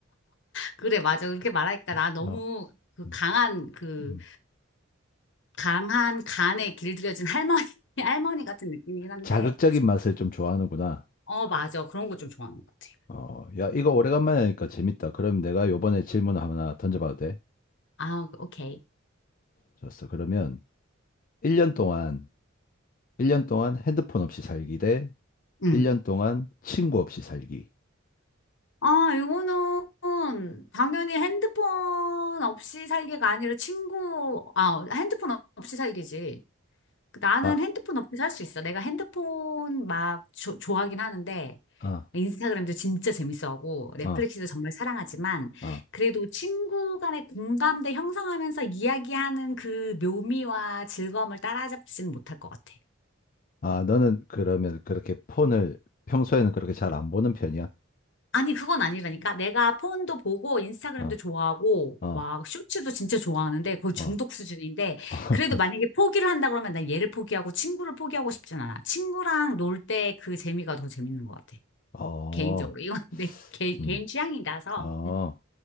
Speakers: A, on the left; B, on the left.
A: 그래, 맞아. 그렇게 말하니까
B: <laughs>
A: 나 너무
B: 어,
A: 그
B: 음,
A: 강한 그
B: 음.
A: 강한 간에 길들여진 할머니 <laughs> 할머니 같은 느낌이긴 한데,
B: 자극적인 맛을 좀 좋아하는구나.
A: 어, 맞아. 그런 거 좀 좋아하는 것 같아.
B: 어, 야, 이거 오래간만에 하니까 재밌다. 그럼 내가 요번에 질문 하나 던져봐도 돼?
A: 아, 오케이.
B: 좋았어. 그러면 1년 동안, 1년 동안 핸드폰 없이 살기 대
A: 응.
B: 1년 동안 친구 없이 살기.
A: 아, 이거는 당연히 핸드폰 없이 살기가 아니라 친구, 아, 핸드폰 없이 살기지. 그 나는
B: 아,
A: 핸드폰 없이 살 수 있어. 내가 핸드폰 막 조- 좋아하긴 하는데,
B: 아,
A: 인스타그램도 진짜 재밌어하고, 넷플릭스도
B: 아,
A: 정말 사랑하지만,
B: 아.
A: 그래도 친구 간의 공감대 형성하면서 이야기하는 그 묘미와 즐거움을 따라잡지는 못할 것 같아.
B: 아, 너는 그러면 그렇게 폰을 평소에는 그렇게 잘 안 보는 편이야?
A: 아니, 그건 아니라니까. 내가 폰도 보고, 인스타그램도
B: 어,
A: 좋아하고,
B: 어,
A: 막, 쇼츠도 진짜 좋아하는데, 거의 중독
B: 어,
A: 수준인데,
B: <laughs>
A: 그래도 만약에 포기를 한다 그러면 난 얘를 포기하고, 친구를 포기하고 싶진 않아. 친구랑 놀 때 그 재미가 더 재밌는 것 같아.
B: 어,
A: 개인적으로. 이건 <laughs> 내 개, 개인
B: 음,
A: 취향이라서.
B: 어.